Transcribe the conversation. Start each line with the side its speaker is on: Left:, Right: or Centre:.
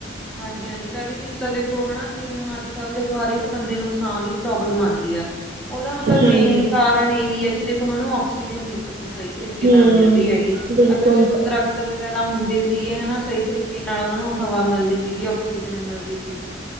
Centre: ਹਾਂਜੀ ਹਾਂਜੀ ਪਹਿਲੀ ਚੀਜ਼ ਤਾਂ ਦੇਖੋ ਹਨਾ ਜਿਵੇਂ ਹੁਣ ਅੱਜ ਕੱਲ੍ਹ ਦੇਖੋ ਹਰ ਇੱਕ ਬੰਦੇ ਨੂੰ ਸਾਹ ਦੀ ਪ੍ਰੋਬਲਮ ਆਉਂਦੀ ਆ ਉਹਦਾ ਮਤਲਬ
Right: ਹਾਂਜੀ,
Centre: ਮੇਨ ਕਾਰਨ ਇਹੀ ਹੈ ਕਿੇਖ ਨੂੰ ਕਸੀਜਨ ਨ ਸਹੀ ਤਰੀਕੇ
Right: ਹੂੰ
Centre: ਨਾਲ ਮਿਲ ਰਹੀ ਹੈਗੀ
Right: ਬਿਲਕੁਲ
Centre: ਅਗਰ ਜਦੋਂ ਦਰਖਤ ਵਗੈਰਾ ਹੁੰਦੇ ਸੀਗੇ ਹਨਾ ਸਹੀ ਤਰੀਕੇ ਨਾਲ ਉਹਨਾ ਨੂੰ ਹਵਾ ਮਿਲਦੀ ਸੀ ਅਨਿਆ ਆਕਸੀਜਨ ਮਿਲਦੀ ਸੀਗੀ